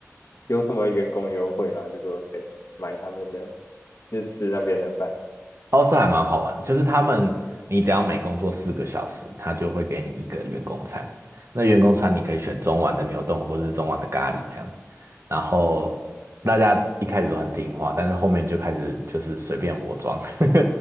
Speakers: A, on the left (about 65°); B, on the right (about 60°).
A: 有什么员工优惠吗？如果跟买他们的，就是吃那边的饭，
B: 哦，这还蛮好玩的就是他们，你只要每工作四个小时，他就会给你一个员工餐。那员工餐你可以选中碗的牛丼或是中碗的咖喱这样子。然后大家一开始都很听话，但是后面就开始就是随便我装。<laughs>